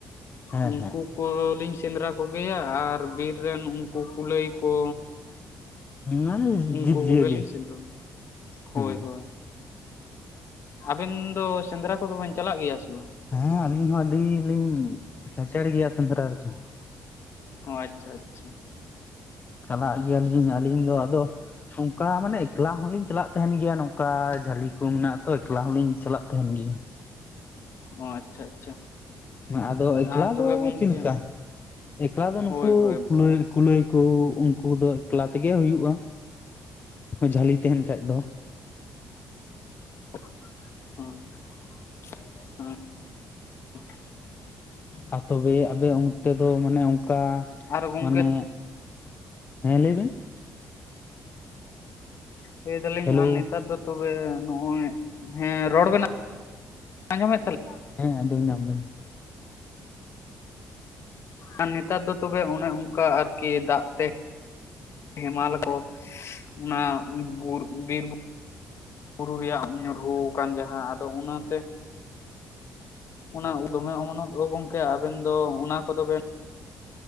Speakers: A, on the left (about 35°); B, on the left (about 55°).
A: ᱦᱮᱸ
B: ᱩᱱᱠᱩ ᱠᱚᱞᱤᱧ ᱥᱮᱸᱫᱽᱨᱟ ᱠᱚᱜᱮᱭᱟ, ᱟᱨ ᱵᱤᱨ ᱨᱮᱱ ᱩᱱᱠᱩ ᱠᱩᱞᱟᱹᱭ ᱠᱚ᱾
A: ᱤᱢᱟᱱ
B: ᱩᱱᱠᱩ
A: ᱡᱤᱵᱽ
B: ᱠᱚᱜᱮᱞᱤᱧ
A: ᱡᱤᱭᱟᱹᱞᱤ
B: ᱥᱮᱸᱫᱽᱨᱟ ᱦᱳᱭ
A: ᱦᱩᱸ᱾
B: ᱦᱳᱭ ᱟᱵᱮᱱ ᱫᱚ ᱥᱮᱸᱫᱽᱨᱟ ᱠᱚᱫᱚ ᱵᱮᱱ ᱪᱟᱞᱟᱜ ᱜᱮᱭᱟ ᱥᱮ ᱵᱟᱝ?
A: ᱦᱮᱸ ᱟᱹᱞᱤᱧ ᱦᱚᱸ ᱟᱹᱰᱤ ᱞᱤᱧ ᱠᱷᱟᱪᱮᱲ ᱜᱮᱭᱟ ᱥᱮᱸᱫᱽᱨᱟ ᱨᱮᱫᱚ᱾
B: ᱚ, ᱟᱪᱪᱷᱟ, ᱟᱪᱪᱷᱟ᱾
A: ᱪᱟᱞᱟᱜ ᱜᱮᱭᱟ ᱞᱤᱧ ᱟᱹᱞᱤᱧ ᱫᱚ ᱟᱫᱚ ᱚᱱᱠᱟ ᱢᱟᱱᱮ ᱮᱠᱞᱟ ᱦᱚᱞᱤᱧ ᱪᱟᱞᱟᱜ ᱛᱟᱦᱮᱱ ᱜᱮᱭᱟ ᱱᱚᱝᱠᱟ ᱡᱷᱟᱹᱞᱤ ᱠᱚ ᱢᱮᱱᱟᱜ ᱟᱛᱚ ᱮᱠᱞᱟ ᱦᱚᱞᱤᱧ ᱪᱟᱞᱟᱜ ᱛᱟᱦᱮᱱ ᱜᱮᱭᱟ᱾
B: ᱚ, ᱟᱪᱪᱷᱟ, ᱟᱪᱪᱷᱟ᱾
A: ᱟᱫᱚ ᱮᱠᱞᱟ
B: ᱟᱨ ᱛᱚᱵᱮ
A: ᱫᱚ
B: ᱜᱚᱝᱠᱮ
A: ᱪᱮᱫ ᱞᱮᱠᱟ ᱮᱠᱞᱟ ᱫᱚ ᱱᱩᱠᱩ
B: ᱦᱳᱭ ᱦᱳᱭ
A: ᱠᱩᱞᱟᱹᱭ, ᱠᱩᱞᱟᱹᱭ᱾ ᱠᱩ ᱩᱱᱠᱩ ᱫᱚ ᱮᱠᱞᱟ ᱛᱮᱜᱮ ᱦᱩᱭᱩᱜ-ᱟ, ᱡᱷᱟᱹᱞᱤ ᱛᱟᱦᱮᱱ ᱠᱷᱟᱡ ᱫᱚ᱾
B: <unintelligible>
A: ᱟᱨ ᱛᱚᱵᱮ ᱟᱵᱮ ᱚᱱᱛᱮ ᱫᱚ ᱢᱟᱱᱮ ᱚᱱᱠᱟ
B: ᱟᱨ ᱜᱚᱝᱠᱮ
A: ᱢᱟᱱᱮ ᱦᱮᱸ ᱞᱟᱹᱭ ᱵᱮᱱ᱾
B: ᱞᱟᱹᱭ ᱫᱟᱞᱤᱧ
A: ᱦᱮᱞᱳ
B: ᱟᱨ ᱱᱮᱛᱟᱨ ᱫᱚ ᱛᱚᱵᱮ ᱱᱚᱜᱼᱚᱭ, ᱦᱮᱸ ᱨᱚᱲ ᱵᱮᱱ ᱟᱸᱡᱚᱢᱮᱫ ᱛᱟᱞᱤᱧ
A: ᱦᱮᱸ ᱟᱡᱚᱢ ᱧᱟᱢ ᱫᱟᱞᱤᱧ᱾
B: ᱟᱨ ᱱᱮᱛᱟᱨ ᱫᱚ ᱛᱚᱵᱮ ᱚᱱᱮ ᱚᱱᱠᱟ ᱟᱨᱠᱤ ᱫᱟᱜ ᱛᱮ ᱦᱮᱢᱟᱞ ᱠᱚ ᱚᱱᱟ ᱵᱩᱨ ᱵᱤᱨ ᱵᱩ ᱵᱩᱨᱩ ᱨᱮᱭᱟᱜ ᱧᱩᱨᱦᱩ ᱠᱟᱱ ᱡᱟᱦᱟᱸ ᱟᱫᱚ ᱚᱱᱟᱛᱮ ᱚᱱᱟ ᱩᱫ ᱫᱚᱢᱮ ᱚᱢᱚᱱᱚᱜ ᱫᱚ ᱜᱚᱝᱠᱮ ᱟᱵᱮᱱ ᱫᱚ ᱚᱱᱟ ᱠᱚᱫᱚ ᱵᱮᱱ